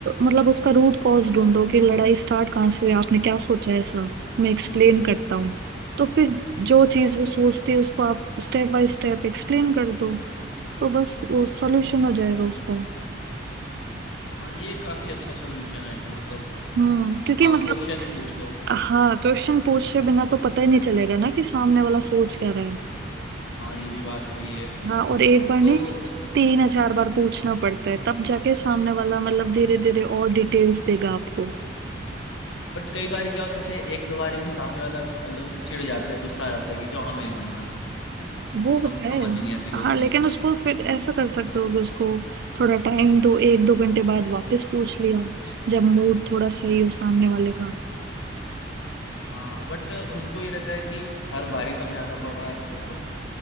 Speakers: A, on the right; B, on the left.
A: मतलब उसका रूट कॉज ढूंढो कि लड़ाई स्टार्ट कहाँ से हुई, आपने क्या सोचा है, ऐसा मैं एक्सप्लेन
B: हम्म
A: करता हूँ तो फिर
B: हम्म।
A: जो चीज वो सोचती है उसको आप स्टेप बाय स्टेप एक्सप्लेन कर दो तो बस वो सॉल्यूशन हो जाएगा उसका
B: हाँ ये काफी अच्छा सोल्यूशन है कि मतलब
A: हम्म क्योंकि
B: आप
A: मतलब
B: क्वेश्चन ही पूछ लो
A: हाँ क्वेश्चन पूछे बिना तो पता ही नहीं चलेगा ना कि सामने वाला सोच क्या रहा है
B: हाँ ये भी बात सही है
A: हाँ और एक बार नहीं
B: तो
A: तीन या चार बार पूछना पड़ता है तब जाके सामने वाला मतलब धीरे धीरे और डिटेल्स देगा आपको
B: बट कई बार क्या होता है एक दो बारी में सामने वाला मतलब चिढ़ जाता है गुस्सा आ जाता है कि जो हमें नहीं समझाना तुम
A: वो
B: सम,
A: होता
B: समझ
A: है
B: ही नहीं आती कोई
A: हाँ
B: चीज
A: लेकिन उसको फिर ऐसा कर सकते हो कि उसको थोड़ा टाइम दो एक दो घंटे बाद वापस पूछ लिया जब मूड थोड़ा सही हो सामने वाले का
B: हाँ बट उनको ये रहता है कि हर बारी समझाना पड़ रहा है तुम्हें तो